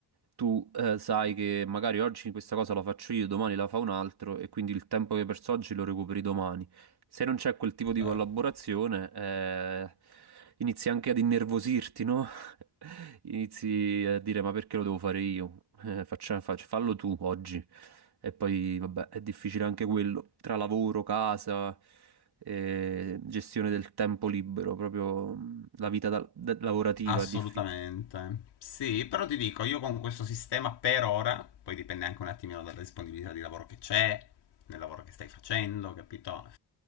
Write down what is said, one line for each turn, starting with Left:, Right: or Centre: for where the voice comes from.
Right: tu eh, sai che magari oggi questa cosa la faccio io, domani la fa un altro e quindi il tempo che perso oggi lo recuperi domani. Se non c'è quel tipo di
Left: Certo.
Right: collaborazione, eh, inizi anche ad innervosirti, no? <laughs> Inizi a dire ma perché lo devo fare io? Eh, faccia- faccia- fallo tu oggi. E poi, vabbè, è difficile anche quello. Tra lavoro, casa, eh, gestione del tempo libero, proprio mh, la vita da- da- lavorativa
Left: Assolutamente.
Right: è difficile.
Left: Sì, però ti dico, io con questo sistema per ora, poi dipende anche un attimino dalla disponibilità di lavoro che c'è, nel lavoro che stai facendo, capito?